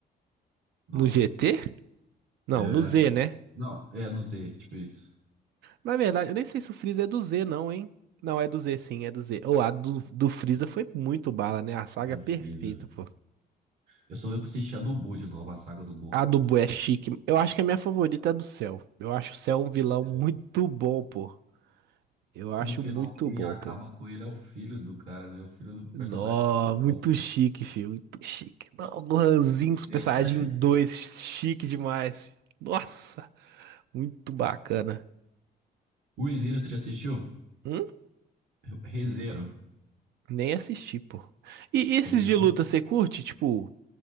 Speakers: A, on the right; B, on the right.
A: Não,
B: No GT? Não,
A: é,
B: no Z, né?
A: não, é no Z, tipo isso.
B: Na verdade, eu nem sei se o Freeza é do Z, não, hein? Não, é do Z, sim, é do Z. Ou a do, do Freeza foi muito bala, né? A saga
A: É do
B: é perfeita,
A: Freeza.
B: pô.
A: Eu só deu pra assistir a do Buu de novo, a saga do Buu.
B: A do Boo é chique. Eu acho que é a minha favorita é a do Cell. Eu acho o Cell um vilão
A: Céu.
B: muito bom, pô. Eu acho
A: E no final,
B: muito
A: quem
B: bom,
A: acaba
B: pô.
A: com ele é o filho do cara, né? O filho do personagem
B: Nó,
A: principal.
B: muito chique, filho. Muito chique. Não, Gohanzinho,
A: E
B: Super
A: deixa.
B: Saiyajin 2, chique demais. Nossa, muito bacana.
A: O Zero, você já assistiu?
B: Hum?
A: Rezero.
B: Nem assisti, pô. E esses
A: Também
B: de
A: não?
B: luta você curte? Tipo,